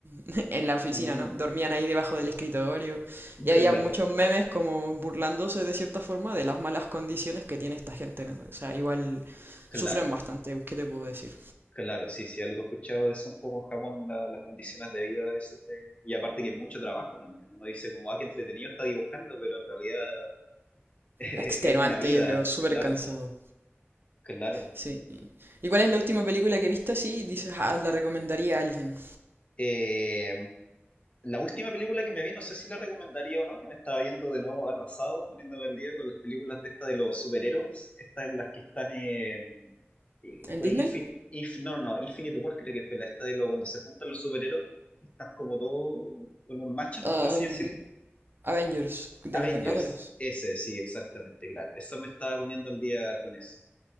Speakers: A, on the right; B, on the left.
A: <laughs> en la oficina,
B: mm,
A: ¿no? Dormían ahí debajo del escritorio. Y
B: claro,
A: había muchos memes como burlándose de cierta forma de las malas condiciones que tiene esta gente, ¿no? O sea, igual
B: claro,
A: sufren bastante, ¿qué te puedo decir?
B: claro. Sí, sí, algo he escuchado de eso un poco en Japón, la- las condiciones de vida de eso. de- Y aparte que es mucho trabajo también. Uno dice como, ah, qué entretenido está dibujando, pero en realidad <laughs> es
A: Extenuante,
B: una vida,
A: yo creo, súper
B: claro.
A: cansado.
B: Claro,
A: Sí. ¿Y cuál es la última película que he visto así? Dices, ah, la recomendaría a alguien.
B: Eh, la última película que me vi, no sé si la recomendaría o no, que me estaba viendo de nuevo atrasado, poniéndome al día con las películas de esta de los superhéroes, estas en las que están, eh, eh,
A: ¿En
B: fue
A: Disney?
B: Infi- Inf- no, no, no, Infinite War creo que fue la esta de lo donde se juntan los superhéroes, están como todos en un matchup,
A: Am,
B: por así decirlo.
A: Avengers, de
B: Avengers,
A: los Vengadores.
B: ese, sí, exactamente, claro, eso me estaba poniendo al día con eso.